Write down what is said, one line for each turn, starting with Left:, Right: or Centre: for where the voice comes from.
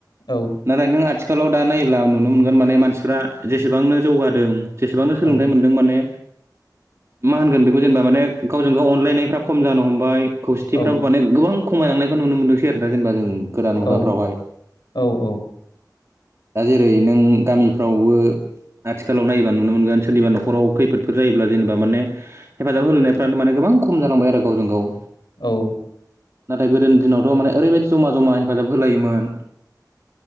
Left: औ
Right: नाथाय नों आथि खालाव दा नायोब्ला नुनो मोनगोन माने मानसिफ्रा जेसेबांनो जौगादों जेसेबांनो सोलोंथाइ
Left: औ
Right: मोनदों माने मा होनगोन बेखौ जेनेबा माने गावजों गाव अनलायनायफ्रा खम जानो हमबाय खौसेथिफ्राबो
Left: औ
Right: माने गोबां खमायलांनायखौ नुनो मोनदोंसै आरो दा जेनेबा जोंबो गोदान मुगाफ्रावहाय
Left: औ औ
Right: दा जेरै नों गामिफ्रावबो आथिखालाव नायोबा नुनो मोनगोन सोरनिबा न'खराव खैफोदफोर जायोब्ला जेनेबा माने हेफाजाब होलायनायफ्रानो माने गोबां गोबां खम जालांबाय आरो गावजों गाव
Left: औ
Right: नाथाय गोदोनि दिनावथ माने ओरैबायदि जमा जमा हेफाजाब होलायोमोन।